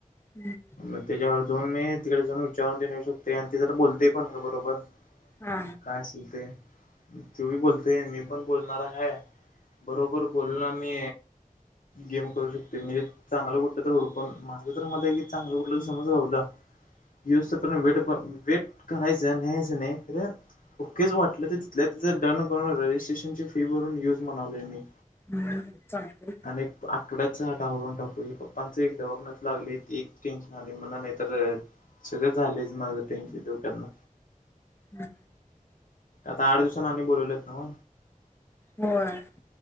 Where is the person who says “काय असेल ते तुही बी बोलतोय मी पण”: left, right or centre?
Left